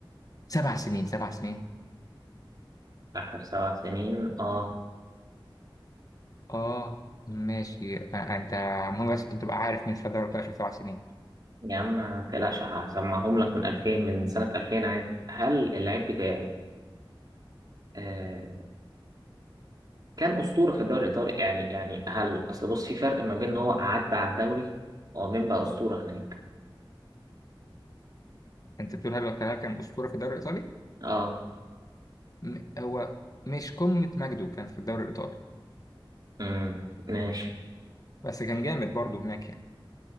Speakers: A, on the left; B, on the right.
A: سبع سنين سبع سنين
B: آخر سبع سنين آه
A: اه ماشي آه، انت مهم بس انت تبقى عارف مين خد دوري الابطال اخر سبع سنين
B: يا عم ما تقلقش هسمعهم لك من 2000 من سنة 2000 عادي هل اللعيب بتاعي آه كان أسطورة في الدوري الإيطالي يعني يعني هل أصل بص في فرق ما بين إن هو عدى على الدوري ومين بقى أسطورة هناك
A: انت بتقول هل الخلايا كان اسطوره في الدوري الايطالي
B: آه
A: م- هو مش قمه مجده كان في الدوري الايطالي
B: امم ماشي
A: بس كان جامد برضه هناك يعني